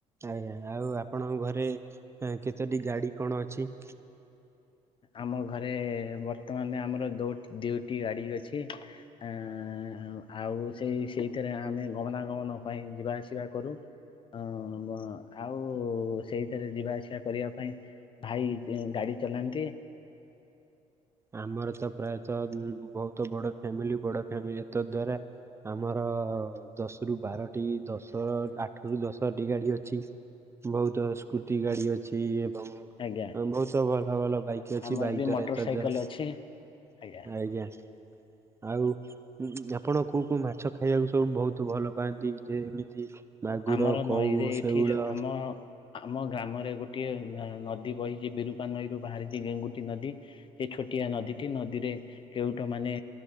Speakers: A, on the right (about 20°); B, on the left (about 40°).
A: ଆଜ୍ଞା, ଆଉ ଆପଣଙ୍କ ଘରେ କେତୋଟି ଗାଡି କଣ ଅଛି?
B: ଆମ ଘରେ ବର୍ତ୍ତମାନ ଆମର ଦୋଟ୍, ଦୁଇଟି ଗାଡି ଅଛି। ଏଁ ଏଁ, ଆଉ ସେଇ ସେଇଥିରେ ଆମେ ଗମନାଗମନ ପାଇଁ ଯିବା ଆସିବା କରୁ। ହଁ, ଆଉ ବ ସେଇଥିରେ ଯିବା ଆସିବା କରିବା ପାଇଁ ଭାଇ ଗାଡି ଚଲାନ୍ତି।
A: ଆମର ତ, ପ୍ରାୟତଃ, ବହୁତ ବଡ ଫ୍ୟାମିଲି, ବଡ ଫ୍ୟାମିଲି, ତା ଦ୍ୱାରା ଆମର ଦଶ ରୁ ବାରଟି, ଦଶର ଆଠ ରୁ ଦଶଟି ଗାଡି ଅଛି।
B: <unintelligible>
A: ବହୁତ ସ୍କୁଟି ଗାଡି ଅଛି ଏବଂ
B: ଆଜ୍ଞା
A: ବହୁତ ଭଲ ଭଲ ବାଇକ୍ ଅଛି
B: ଆମର
A: ବାଇକ୍
B: ବି
A: ଦ୍ଵାରା
B: ମୋଟର
A: ଏତ
B: ସାଇକେଲ
A: ଦ୍ଵାରା
B: ଅଛି, ଆଜ୍ଞା।
A: ଆଜ୍ଞା, ଆଉ ଉଁ ଆପଣ କୋଉ କୋଉ ମାଛ ଖାଇବାକୁ ସବୁ ବହୁତ ଭଲ ପାଆନ୍ତି, ଯେମିତି
B: ମୁଁ
A: ମାଗୁର
B: ଆମର
A: କଉ
B: ନଈରେ ଏଠି,
A: ଶେଉଳ
B: ଆମ ଆମ ଗ୍ରାମରେ ଗୋଟିଏ ନଦୀ ବହିଚି, ବିରୁପା ନଈରୁ ବାହାରିଛି ଗେଙ୍ଗୁଟି ନଦୀ ସେ ଛୋଟିଆ ନଦୀଟି, ନଦୀରେ କେଉଟ ମାନେ